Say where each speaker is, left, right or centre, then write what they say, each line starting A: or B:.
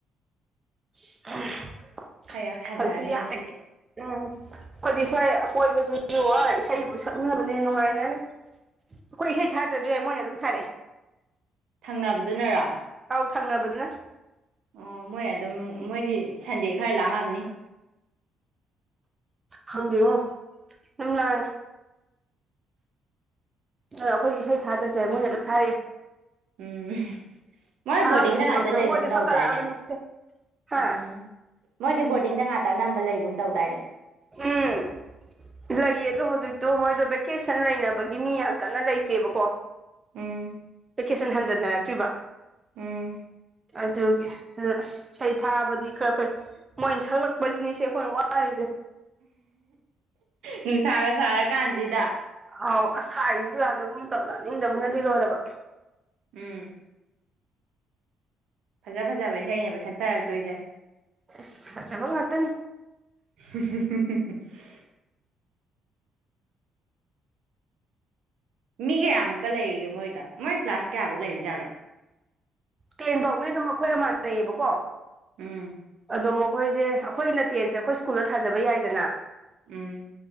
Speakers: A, on the right; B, on the right.
A: <unintelligible>
B: ꯈꯔ ꯌꯥꯛ ꯁꯥꯖꯔꯅꯤ ꯉꯁꯤꯗꯤ
A: ꯑꯨꯝ ꯑꯩꯈꯣꯏꯗꯤ ꯁ꯭ꯋꯥꯏ ꯑꯀꯣꯏꯕꯁꯨ ꯑꯥ ꯏꯁꯩꯕꯨ ꯁꯛꯅꯕꯅꯦ ꯅꯨꯡꯉꯥꯏꯅꯔꯤ ꯑꯩꯈꯣꯏ ꯏꯁꯩ ꯊꯥꯗ꯭ꯔꯁꯨ ꯌꯥꯏ ꯃꯣꯏꯅ ꯑꯗꯨꯝꯊꯔꯛꯑꯦ
B: ꯊꯪꯅꯕꯗꯨꯅꯔꯣ
A: ꯑꯧ ꯊꯪꯅꯕꯗꯨꯅ
B: ꯑꯣ ꯃꯣꯏ ꯑꯗꯨꯝ ꯃꯣꯏꯗꯤ ꯁꯟꯗꯦ ꯈꯔ ꯂꯥꯡꯉꯝꯅꯤ
A: ꯈꯪꯗꯦꯉꯣ <unintelligible> ꯂꯥꯡꯏ ꯑꯗꯣ ꯑꯩꯈꯣꯏꯗꯤ ꯏꯁꯩ ꯊꯥꯗ꯭ꯔꯁꯨ ꯌꯥꯏ ꯃꯣꯏꯅ ꯑꯗꯨꯝ ꯊꯥꯔꯛꯑꯦ
B: ꯑꯨꯝ ꯃꯥꯏ
A: ꯊꯥꯕꯗ
B: ꯕꯣꯔꯗꯤꯡꯗ
A: ꯍꯦꯟꯗꯣꯔꯛꯇꯅ
B: ꯉꯥꯛꯇ ꯂꯩꯒꯨꯝ
A: ꯃꯣꯏꯗꯤ
B: ꯇꯧꯗꯥꯏꯅꯦ
A: ꯁꯛꯀꯠꯂꯛꯑꯕꯅꯤ ꯁꯦ ꯍꯥ
B: ꯑꯨꯝ ꯃꯣꯏꯗꯤ ꯕꯣꯔꯗꯤꯡꯗ ꯉꯥꯛꯇ ꯑꯅꯝꯕ ꯂꯩꯒꯨꯝ ꯇꯧꯗꯥꯏꯅꯦ
A: ꯑꯨꯝ ꯂꯩꯌꯦ ꯑꯗꯣ ꯍꯧꯖꯤꯛꯇꯣ ꯃꯣꯏꯗꯣ ꯚꯦꯀꯦꯁꯟ ꯂꯩꯅꯕꯒꯤ ꯃꯤ ꯌꯥꯝ ꯀꯟꯅ ꯂꯩꯇꯦꯕꯀꯣ
B: ꯑꯨꯝ
A: ꯚꯦꯀꯦꯁꯟ ꯍꯟꯖꯟꯅꯔꯛꯇ꯭ꯔꯤꯕ
B: ꯑꯨꯝ
A: ꯑꯗꯨꯒꯤ ꯁꯩ ꯊꯥꯕꯗꯤ ꯈꯔ ꯐꯩ ꯃꯣꯏꯅ ꯁꯛꯂꯛꯄꯁꯤꯅꯤ ꯁꯦ ꯑꯩꯈꯣꯏꯅ ꯋꯥꯔꯤꯔꯤꯁꯦ
B: ꯅꯨꯡꯁꯥꯒ ꯁꯥꯔꯀꯥꯟꯁꯤꯗ
A: ꯑꯥꯎ ꯍꯥꯏꯔꯨꯕꯁꯨ ꯌꯥꯗꯒꯨꯝ ꯇꯧ ꯇꯅꯤꯡꯗꯕꯅꯗꯤ ꯂꯣꯏꯔꯕ
B: ꯑꯨꯝ ꯐꯖ ꯐꯖꯕ ꯏꯁꯩꯅꯦꯕ ꯁꯛꯊꯔꯛꯇꯣꯏꯁꯦ
A: ꯏꯁ ꯐꯖꯕꯥ ꯉꯡꯇꯅꯤ
B: <unintelligible> ꯃꯤ ꯀꯌꯥꯃꯨꯛꯀ ꯂꯩꯔꯤꯒꯦ ꯃꯣꯏꯗ ꯃꯣꯏ ꯀ꯭ꯂꯥꯁ ꯀꯌꯥꯐꯧꯛ ꯂꯩꯔꯤꯖꯥꯠꯅꯣ
A: ꯇꯦꯟ ꯐꯥꯎꯅꯤ ꯑꯗꯨꯝ ꯑꯩꯈꯣꯏꯒ ꯃꯥꯟꯅꯩꯌꯦꯕꯀꯣ
B: ꯎꯝ
A: ꯑꯗꯣ ꯃꯈꯣꯏꯁꯦ ꯑꯩꯈꯣꯏꯅ ꯇꯦꯟꯁꯦ ꯑꯩꯈꯣꯏ ꯁꯀꯨꯜꯗ ꯊꯥꯖꯕ ꯌꯥꯏꯗꯅ
B: ꯎꯝ